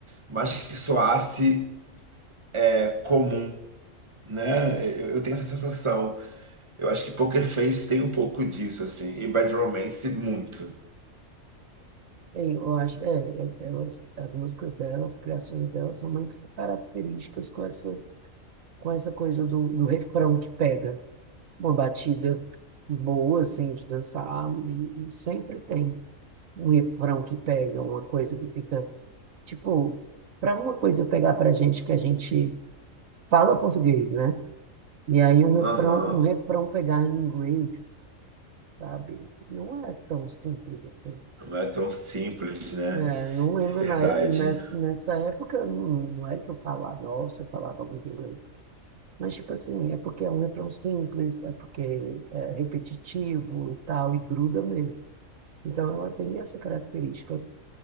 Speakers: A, on the right; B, on the right.
A: mas que soasse é, comum, né? Eu, eu tenho essa sensação. Eu acho que Poker Face tem um pouco disso, assim, e Bad Romance muito.
B: É, Eu acho, é, é, elas, as músicas delas, as criações delas são muito características com essa, com essa coisa do, do refrão que pega uma batida boa, assim, de dançar, e, e sempre tem um refrão que pega, uma coisa que fica, tipo, para uma coisa pegar pra gente que a gente fala português, né? E aí um refrão,
A: Aham,
B: um refrão pegar em inglês, sabe? Não é tão simples assim.
A: Não é tão simples, né?
B: É, não lembro
A: É verdade.
B: na, é- nessa época, não não é que eu falava, nossa, eu falava muito inglês. Mas, tipo assim, é porque é um refrão simples, é porque é repetitivo e tal, e gruda mesmo. Então, ela tem essa característica,